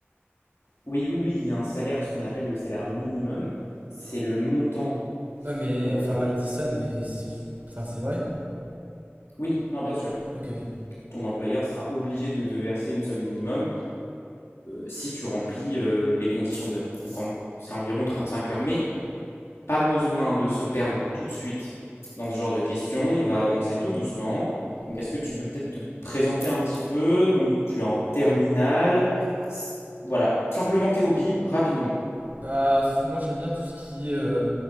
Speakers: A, on the left; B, on the right.
A: oui, oui, oui, il y a un salaire, ce qu'on appelle le salaire minimum. C'est le montant.
B: Ouais, mais
A: euh,
B: enfin, ils disent ça, mais c'est- enfin, c'est vrai.
A: Oui, non, bien sûr.
B: Ok, ok,
A: Ton employeur sera obligé de te verser une somme minimum si tu remplis euh, les conditions d'heure. Donc en- c'est environ 35 heures. Mais pas besoin de se perdre tout de suite dans ce genre de questions. On va avancer tout doucement. Donc
B: ok.
A: est-ce que tu peux peut-être te présenter un petit peu? Donc tu es en terminale. Voilà, simplement tes hobbies, rapidement.
B: Bah, pff, moi, j'aime bien tout ce qui est euh,